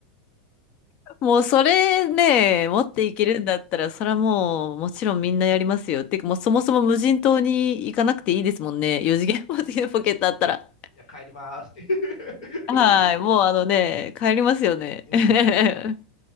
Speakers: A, on the left; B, on the left.
A: <laughs> もうそれね、持っていけるんだったら、それはもうもちろんみんなやりますよ。ってかもうそもそも無人島に行かなくていいですもんね。4次元ポケ <laughs> ットあったら。
B: じゃあ、帰りますって。<laughs>
A: はい。もうあのね、帰りますよね。
B: うん。
A: <laughs>